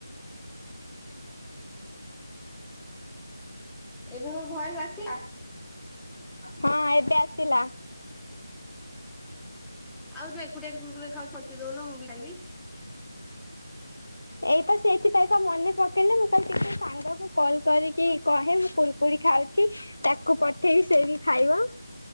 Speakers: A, in the centre; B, on the left (about 70°).
A: ଏବେ ମୋ ଭଏସ ଆସିଲା?
B: ହଁ ଏବେ ଆସିଲା।
A: ଆଉ ତୁ ଏକୁଟିଆ <unintelligible> ରେ ଖାଉଛୁ ମୋତେ ଦଉନ ମୁଁ ଖାଇବି।
B: ଏଇ ତ ସେଇଥିପାଇଁ ତ ମନେ ପକେଇଲେ ମୁଁ କହିଲି ଟିକେ ସାଙ୍ଗ କୁ କଲ କରିକି କହେ ମୁଁ କୁର କୁରି ଖାଉଛି ତାକୁ ପଠେଇବି ସେବି ଖାଇବ।